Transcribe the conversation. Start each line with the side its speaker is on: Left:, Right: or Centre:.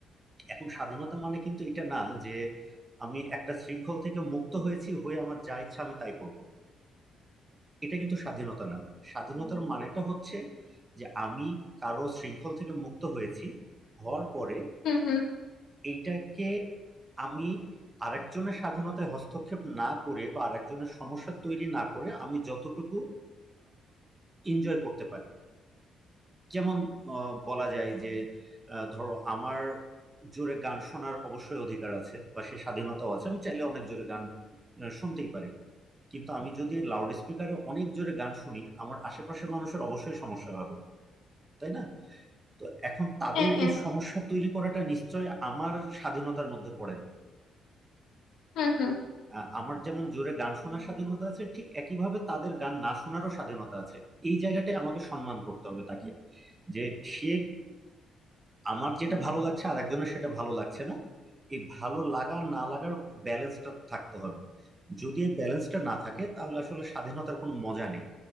Right: এখন স্বাধীনতা মানে কিন্তু এটা না যে আমি একটা শৃঙ্খল থেকে মুক্ত হয়েছি হয়ে আমার যা ইচ্ছা আমি তাই করব এটা কিন্তু স্বাধীনতা না স্বাধীনতার মানেটা হচ্ছে যে আমি কারো শৃঙ্খল থেকে মুক্ত হয়েছি হওয়ার পরে
Left: হুম হুম
Right: এইটাকে আমি আরেকজনের স্বাধীনতায় হস্তক্ষেপ না করে বা আরেকজনের সমস্যা তৈরি না করে আমি যতটুকু এনজয় করতে পারি যেমন আহ, বলা যায় যে আহ, ধরো আমার জোরে গান শোনার অবশ্যই অধিকার আছে বা সে স্বাধীনতাও আছে আমি চাইলে অনেক জোরে গান আহ, শুনতেই পারি কিন্তু আমি যদি লাউড স্পিকারে অনেক জোরে গান শুনি আমার আশেপাশের মানুষের অবশ্যই সমস্যা হবে তাই না তো এখন তাদের
Left: হ্যাঁ হ্যাঁ
Right: এই সমস্যা তৈরি করাটা নিশ্চয় আমার স্বাধীনতার মধ্যে পড়ে না
Left: হুম হুম
Right: আহ, আমার যেমন জোরে গান শোনার স্বাধীনতা আছে ঠিক একইভাবে তাদের গান না শোনারও স্বাধীনতা আছে এই জায়গাটায় আমাকে সম্মান করতে হবে তাকে যে সে আমার যেটা ভালো লাগছে আর একজনের সেটা ভালো লাগছে না এই ভালো লাগা না লাগার ব্যালেন্সটা থাকতে হবে যদি এই ব্যালেন্সটা না থাকে তাহলে আসলে স্বাধীনতার কোনো মজা নেই